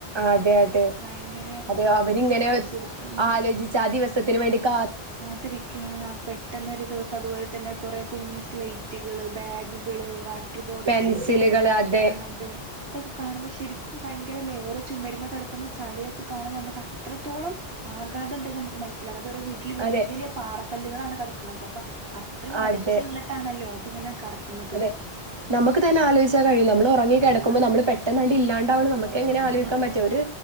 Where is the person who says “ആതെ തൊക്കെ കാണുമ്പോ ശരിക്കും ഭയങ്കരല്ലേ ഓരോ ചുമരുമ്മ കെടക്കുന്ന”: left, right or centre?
Right